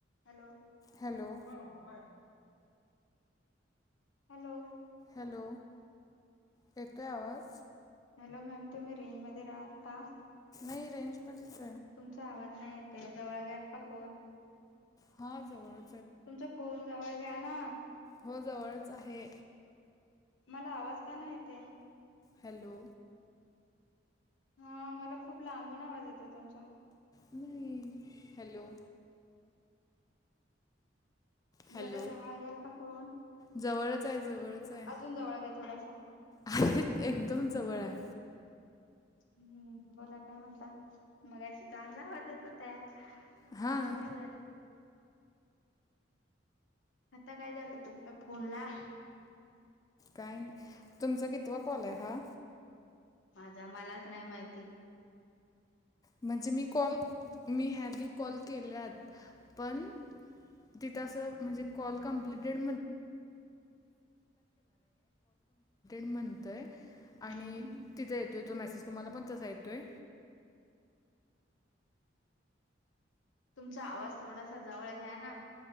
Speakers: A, on the left; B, on the left.
A: Hello!
B: Hello
A: हा म bye. Hello!
B: Hello येतोय आवाज!
A: हॅलो मॅम तुम्ही रेंज मध्ये राहाल का.
B: नाही रेंजमध्ये.
A: तुमचा आवाज नाही येते जवळ घ्याल का फोन.
B: हा जवळ.
A: तुमचा फोन जवळ घ्या ना.
B: हो जवळच आहे.
A: मला आवाज का नाही येत.
B: हॅलो!
A: हा मला खूप लांबून आवाज येतो तुमचा.
B: नाही हॅलो! हॅलो
A: जरा जवळ घ्याल का फोन.
B: जवळच आहे जवळच आहे
A: अजून जवळ घ्या थोडासा
B: अर एकदम जवळ आहे.
A: हम्म बोला काय म्हणता मगाची चांगलावतेत तयार.
B: हां
A: आता काय झालं. आता काय झालं तुमच्या फोन ला.
B: का तुमचा कितवा कॉल आहे हा.
A: माझा मलाच नाही माहिती.
B: म्हणजे मी कॉल मी हॅवी कॉल केल्यात पण.. <unintelligible> <unintelligible> कं्प्टेड म्हणतय.. आणि
A: हम्म
B: तिचा येतोय तो मेसेज तुम्हाला पण तसा येतोय.
A: तुमचा आवाज थोडासा जवळ घ्या ना.